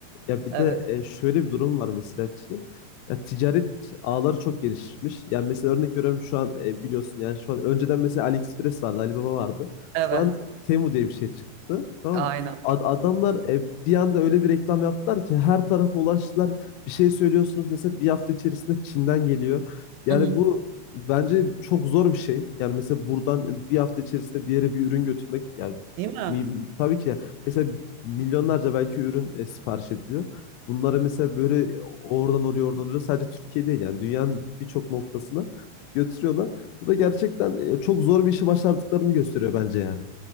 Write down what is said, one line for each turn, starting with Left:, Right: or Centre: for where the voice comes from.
Left: Ya bir
Right: evet,
Left: de e, şöyle bir durum var mesela Çin'in. Ya ticaret ağları çok gelişmiş. Yani mesela örnek veriyorum şu an e, biliyorsun yani şu an önceden mesela AliExpress vardı, Alibaba vardı.
Right: evet.
Left: Şu an Temu diye bir şey çıktı. Tamam
Right: Aynen.
Left: mı? Ad- adamlar e, bir anda öyle bir reklam yaptılar ki her tarafa ulaştılar. Bir şey söylüyorsunuz mesela bir hafta içerisinde Çin'den geliyor. Yani
Right: Hı hı.
Left: bu Bence çok zor bir şey. Yani mesela buradan bir hafta içerisinde bir yere bir ürün götürmek yani
Right: Değil mi?
Left: mi- tabii ki ya. mesela milyonlarca belki ürün e, sipariş ediliyor. Bunlara mesela böyle e, oradan oraya oradan oraya sadece Türkiye değil yani dünyanın birçok noktasına götürüyorlar. Bu da gerçekten e, çok zor bir işi başardıklarını gösteriyor bence yani.